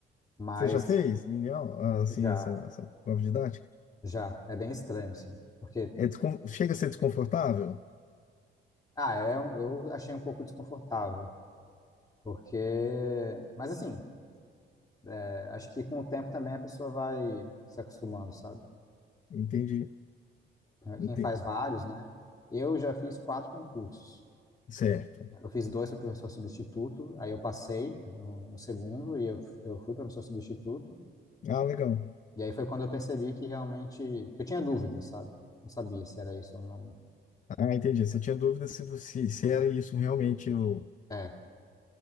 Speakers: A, on the left; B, on the left.
A: Mas
B: Você já fez mini aula, assim,
A: já,
B: essa, essa prova didática?
A: já, é bem estranho, assim. Porque,
B: É descon- Chega a ser desconfortável?
A: ah, é, um- eu achei um pouco desconfortável. Porque, mas assim, é, acho que com o tempo também a pessoa vai se acostumando, sabe?
B: Entendi. Entendi.
A: Quem faz vários, né? Eu já fiz quatro concursos.
B: Certo.
A: Eu fiz dois para professor substituto, aí eu passei no, no segundo e eu, eu fui professor substituto.
B: Ah, legal.
A: E aí foi quando eu percebi que realmente. Porque eu tinha dúvidas, sabe? Não sabia se era isso ou não.
B: Ah, entendi. Você tinha dúvida se, você- se era isso realmente o...
A: É.